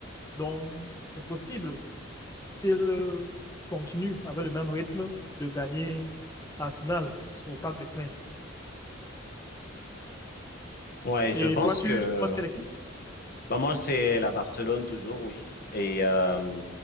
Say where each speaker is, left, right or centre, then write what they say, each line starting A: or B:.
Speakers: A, on the left; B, on the left.
A: Donc, c'est possible S'il continue avec le même rythme de gagner Arsenal au Parc des Princes.
B: Ouais, je
A: Et
B: pense
A: toi, tu
B: que
A: supportes quelle équipe?
B: bah, moi, c'est la Barcelone toujours, oui. Et euh,